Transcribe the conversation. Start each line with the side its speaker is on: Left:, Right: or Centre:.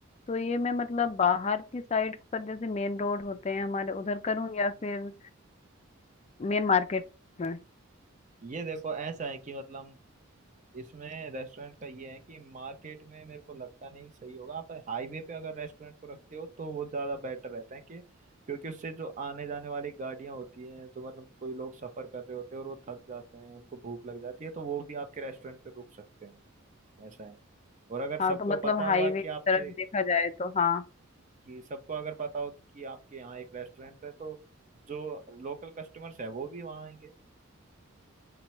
Left: तो ये मैं मतलब बाहर की साइड पर जैसे मेन रोड होते हैं हमारे उधर करूँ या फिर मेन मार्केट में
Right: ये देखो ऐसा है कि मतलब इसमें रेस्टोरेंट का ये है कि मार्केट में मेरे को लगता नहीं सही होगा आप हाईवे पे अगर रेस्टोरेंट को रखते हो तो वो ज्यादा बेटर रहता है कि क्योंकि उससे जो आने जाने वाली गाड़ियां होती हैं तो मतलब कोई लोग सफर कर रहे होते हैं और वो थक जाते हैं उनको भूख लग जाती है तो वो भी आपके रेस्टोरेंट पे रुक सकते हैं ऐसा है और अगर सबको
Left: हाँ तो मतलब
Right: पता होगा
Left: हाईवे
Right: कि
Left: की
Right: आपके
Left: तरफ देखा जाए तो हाँ
Right: कि सबको अगर पता हो कि आपके यहाँ एक रेस्टोरेंट है तो जो लोकल कस्टमर्स है वो भी वहाँ आएंगे